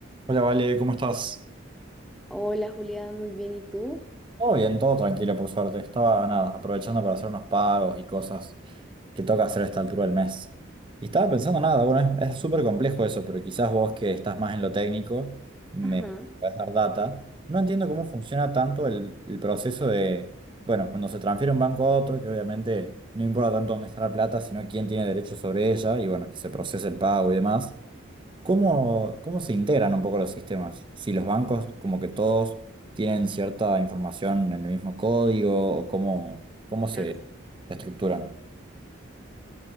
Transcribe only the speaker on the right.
Hola, Vale, ¿cómo estás?
Todo bien, todo tranquilo, por suerte. Estaba nada, aprovechando para hacer unos pagos y cosas que toca hacer a esta altura del mes. Y estaba pensando nada, bueno, es es súper complejo eso, pero quizás vos que estás más en lo técnico me
podés dar data. No entiendo cómo funciona tanto el, el proceso de, bueno, cuando se transfiere un banco a otro, que obviamente no importa tanto dónde está la plata, sino quién tiene derecho sobre ella y bueno, que se procese el pago y demás. ¿Cómo, cómo se integran un poco los sistemas? Si los bancos, como que todos tienen cierta información en el mismo código, o cómo, cómo se
estructuran.